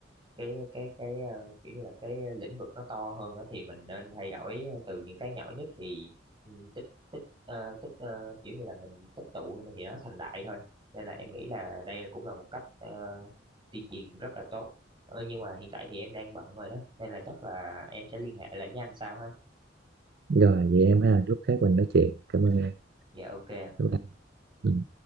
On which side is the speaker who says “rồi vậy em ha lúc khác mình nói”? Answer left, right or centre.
Right